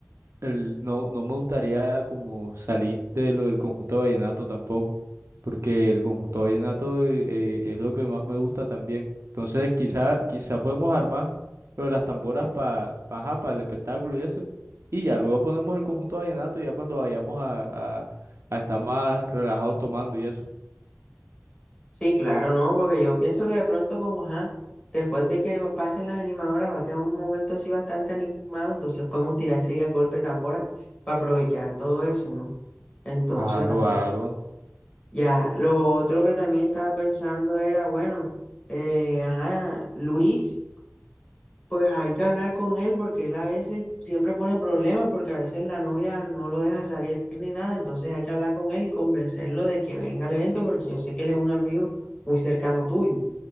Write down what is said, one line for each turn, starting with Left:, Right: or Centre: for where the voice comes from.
Right: el- no, no me gustaría como salir de lo del conjunto vallenato tampoco, porque el conjunto vallenato eh, eh, es lo que más me gusta también. Entonces, quizá, quizá podemos armar lo de las tamboras para para el espectáculo y eso, y ya luego ponemos el conjunto vallenato ya cuando vayamos a, a, a estar más relajados tomando y eso.
Left: Sí, claro, no, porque yo pienso que de pronto, como ajá, después de que pasen las animadoras, va a quedar un momento así bastante animado, entonces podemos tirar enseguida el golpe de tambora para aprovechar todo eso, ¿no? Entonces,
Right: Aro,
Left: ajá.
Right: aro.
Left: Ya, lo otro que también estaba pensando era, bueno, eh, ajá, Luis, pues hay que hablar con él porque él a veces siempre pone problemas porque a veces la novia no lo deja salir ni nada, entonces hay que hablar con él y convencerlo de que venga al evento porque yo sé que él es un amigo muy cercano tuyo.